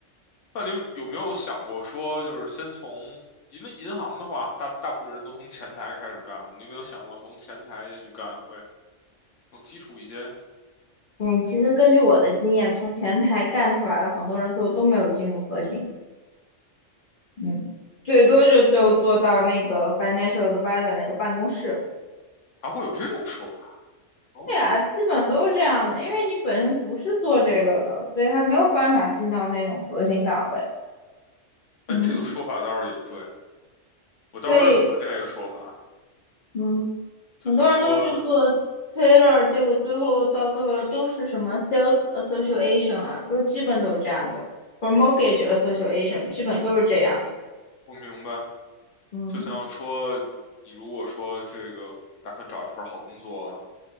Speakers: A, on the left; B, on the left.
A: 那你有没有想过说，就是先从，因为银行的话，大大部分人都从前台开始干，你有没有想过从前台也许干会？更基础一些，
B: 嗯，其实根据我的经验，从前台干出来的很多人最后都没有进入核心，嗯，最多就就做到那个 financial advisor 那个办公室。
A: 还会有这种说法哦。
B: 对啊，基本都是这样的，因为你本身不是做这个的，所以他没有办法进到那种核心岗位。嗯，
A: 哎，这个说法倒是也对，我倒是认可这个说法。
B: 对，嗯。
A: 就像说，
B: 很多人都去做 tailor，结果最后到最后了都是什么 sales association 啊，都基本都是这样的，或者 mortgage association，基本都是这样的。
A: 我明白，
B: 嗯
A: 就像说，你如果说这个打算找一份好工作，